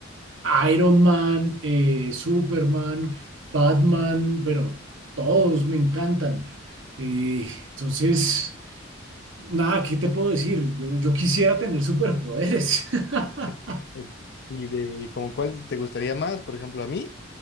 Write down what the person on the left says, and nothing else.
<laughs> Pues, Y de como cuál te gustaría más, por ejemplo, a mí,